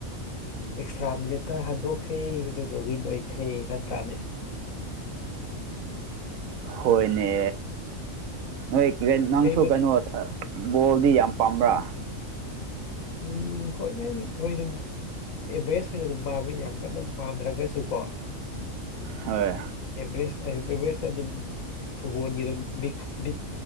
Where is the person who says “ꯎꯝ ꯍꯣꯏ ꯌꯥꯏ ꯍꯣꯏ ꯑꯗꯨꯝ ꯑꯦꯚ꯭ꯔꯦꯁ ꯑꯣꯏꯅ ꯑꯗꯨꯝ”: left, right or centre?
Left